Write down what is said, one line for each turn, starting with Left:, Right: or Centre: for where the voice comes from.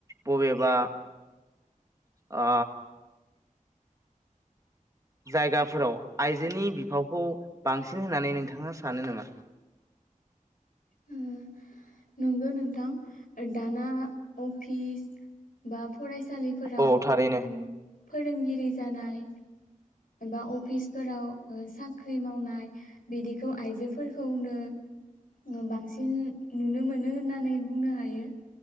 Right: बबेबा ओ जायगाफोराव आइजोनि बिफाव खौ बांसिन होननानै नोंथाङा सानो नामा
Left: ओ नंगौ नोंथां दाना अफिस बा फरायसालिफोराव
Right: औ थारैनो।
Left: औ फोरोंगिरि जानाय एबा अफिसफोराव ओ साख्रि मावनाय बिदिखौ आइजोफोरखौनो बांसिन नुनो मोनो होननानै बुंनो हायो